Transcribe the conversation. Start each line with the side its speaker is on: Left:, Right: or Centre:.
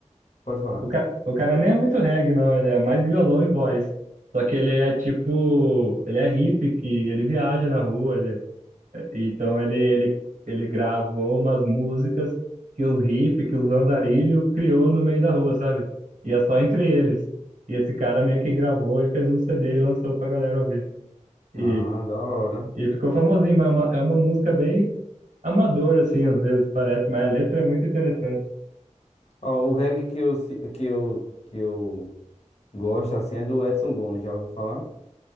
Left: Pode falar.
Right: o, ca, o cara nem é muito reggae, não. Ele é mais violão e voz. Só que ele é tipo... Ele é hippie, que ele viaja na rua, ele é Então ele, ele, ele gravou umas músicas que os hippies, que os andarilho criou no meio da rua, sabe? E é só entre eles. E esse cara meio que gravou e fez um CD e lançou pra galera ouvir. E,
Left: Ah, da hora.
Right: e ficou famosinho, mas é uma, é uma música bem amadora, assim, às vezes parece, mas a letra é muito interessante.
Left: Ó, o reggae que eu, se- que eu, que eu gosto assim é do Edson Gomes, já ouviu falar?